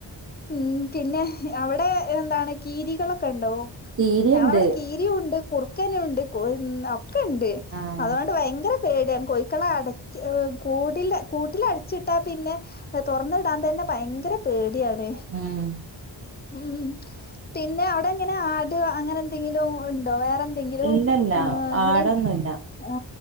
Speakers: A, on the left; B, on the right.
A: ഉ പിന്നെ അവിടെ എന്താണ് കീരികളൊക്കെ ഉണ്ടൊ
B: കീരിയുണ്ട്
A: ഞങ്ങളവിടെ കീരിയുണ്ട് കുറുക്കാനുണ്ട് കോയിന്ന ഒകെണ്ട്
B: ആഹ്
A: അതുകൊണ്ട് ഭയങ്കര പേടിയൻ കോഴള അടച് കൂ കൂട്ടില അടച്ചിട്ടാ പിന്നെ തൊർന്ന് ടൻ തന്നെ ഭയങ്കര പേടിയാണ്
B: ഉം
A: ഉം പിന്നെ അവിടെ എങ്ങനെ ആട് അങ്ങനെ എന്തെങ്കിലും ഉണ്ടോ വേറെ എന്തെങ്കിലും
B: ഇല്ലല്ല
A: ഹലോ ആ് നിങ്ങളെ
B: ആടൊന്നുല്ല
A: ആ